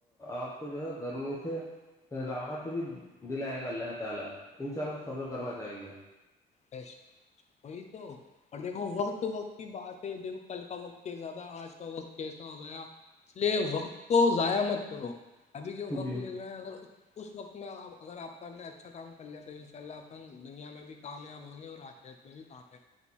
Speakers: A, on the left; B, on the left.
A: آپ کو جو ہے گرمی سے رات دلائے گا اللہ تعالی انسان کو صبر کرنا چاہیے
B: بش وہی تو اور دیکھو وقت وقت کی بات ہے دیکھو کل کا وقت کیسا تھا آج کا وقت کیسا ہو گیا اس لیے وقت تو ضائع مت کرو ابھی جو وقت
A: جی
B: لے رہا ہے اگر اس وقت میں اگر آپن نے اچھا کام کر لیا تو ان شاء اللہ اپن دنیا میں بھی کامیاب ہوں گے اور آ کےت میں بھی کام ہے